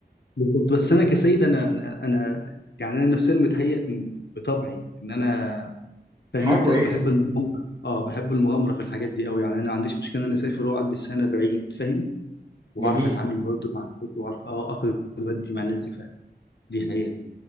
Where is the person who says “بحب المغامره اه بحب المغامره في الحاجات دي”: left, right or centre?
Left